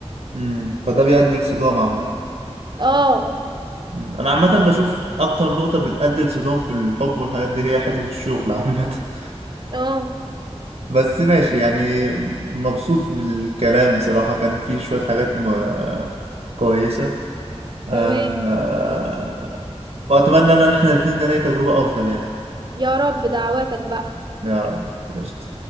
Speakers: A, on the right; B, on the right.
A: مم. فده بيؤدي لصدام عامة
B: اه
A: مم. أنا عامة بشوف أكتر نقطة بتؤدي لصدام في الحب والحاجات دي هي حتة الشغل عامة <laughs>
B: اه
A: بس ماشي يعني مبسوط بالكلام بصراحة كان في شوية حاجات م... كويسة آه...
B: تمام
A: آه، وأتمنى إن إحنا الاتنين نلاقي تجربة أفضل يعني
B: يا رب دعواتك بقى
A: يا رب قشطة